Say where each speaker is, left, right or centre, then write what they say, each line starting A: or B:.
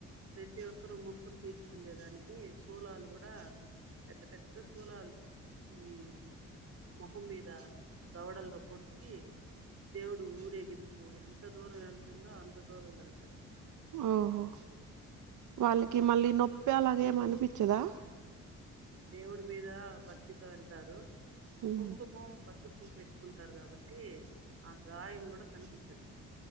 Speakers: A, on the right; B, on the right.
A: ప్రతి ఒక్కరు ముక్కుంటారా తీర్చుకునేేదానికి సూలాలు కూడా పెద్ద పెద్ద సూలాలు ఈ మొహం మీద దవడల్లో పొడిచి దేవుడు ఊరేగి ఓ ఎంత దూరము వెళ్తుంద అంత <unintelligible>
B: ఓహో వాళ్ళకి మళ్ళీ నొప్పే అలాగ ఏమి అనిపించదా
A: దేవుడి మీద భక్తితో వెళ్తారు
B: ఉమ్
A: కుంకుమ పసుపు పెట్టు ఉంటారు కాబట్టి పెట్టి ఆ గాయం కూడా కనిపిచ్చదు